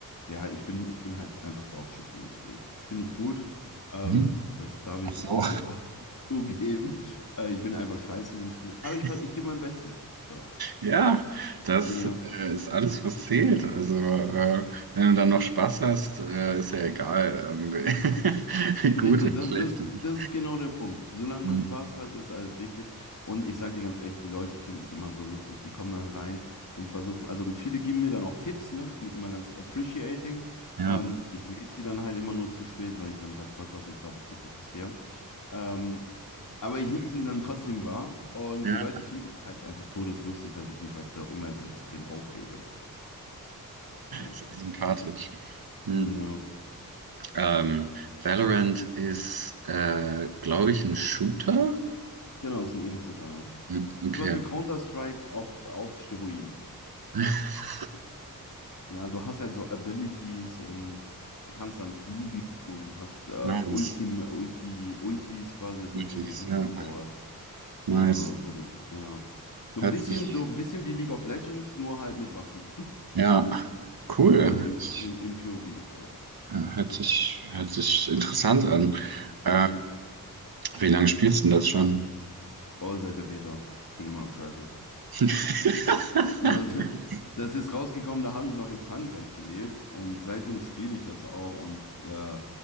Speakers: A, on the left; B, on the right.
A: ja, ich bin, ich bin halt einfach Dogshit in dem Spiel. Ich bin nicht gut. Ähm,
B: Mhm.
A: das darf ich
B: Ach so.
A: auch so <laughs> offen zugeben. Äh, ich bin einfach scheiße in dem Spiel. Aber ich,
B: <laughs>
A: ver- ich gebe mein Bestes. So.
B: Ja, das
A: Ja.
B: äh, ist alles, was zählt. Also, äh, wenn du dann noch Spaß hast, äh, ist ja egal, ähm, <laughs> wie gut
A: Richtig,
B: oder
A: das,
B: schlecht
A: das,
B: du bist.
A: das ist genau der Punkt. Solange
B: Mhm.
A: man Spaß hat, ist alles wichtig. Und ich sag dir ganz ehrlich, die Leute finden es immer so lustig. Die kommen dann rein und versuchen, also viele geben mir dann auch Tipps, ne? Finde ich immer ganz appreciating.
B: Ja.
A: Ähm, ich lese die dann halt immer nur zu spät, weil ich dann halt voll versucht habe zu fokussieren. Ähm, aber ich nehme
B: <laughs>
A: sie dann trotzdem wahr und
B: Ja.
A: die Leute finden es halt einfach todeslustig, dass ich mich halt so immer so extrem aufrege. Ja,
B: Sehr sympathisch. Mhm.
A: ja.
B: Ähm, Valorant ist, äh, glaube ich, ein Shooter.
A: Genau, ist ein Ego-Shooter, ja.
B: Mhm, Okay.
A: Sowas wie Counter-Strike auf, auf Steroiden.
B: <laughs>
A: Ja, du hast halt so Abilities und du kannst dann fliegen und hast äh,
B: Ja, nice.
A: Ultim, Ulti, Ultis quasi, das
B: Multis,
A: sind so Superpowers.
B: ja. Nice.
A: Äh, wo du, ja. So
B: Hört
A: ein bisschen,
B: sich,
A: so ein bisschen wie League of Legends, nur halt mit Waffen. <laughs>
B: ja, cool.
A: Und im,
B: Ich,
A: im, im POV, ja.
B: äh, hört sich, hört sich interessant an. Äh,
A: Ja.
B: wie lange spielst du denn das schon?
A: Oh, seit der Beta. Ich bin immer noch scheiße.
B: <laughs>
A: Also das, das ist rausgekommen, da habe ich noch in Frankreich gelebt und seitdem spiele ich das auch und äh,